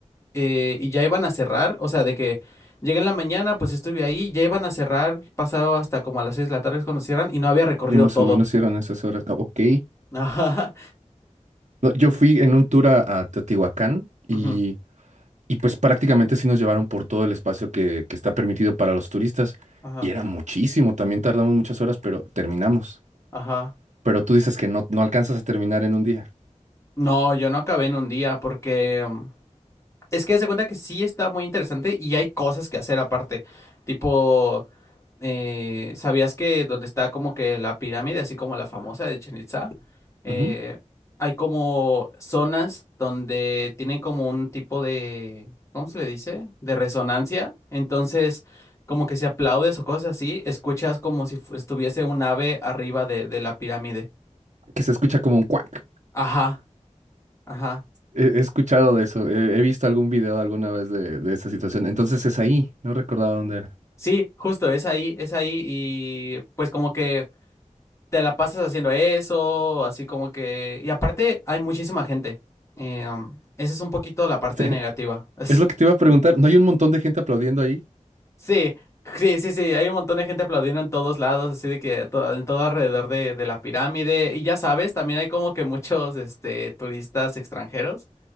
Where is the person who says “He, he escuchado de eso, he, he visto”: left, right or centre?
Right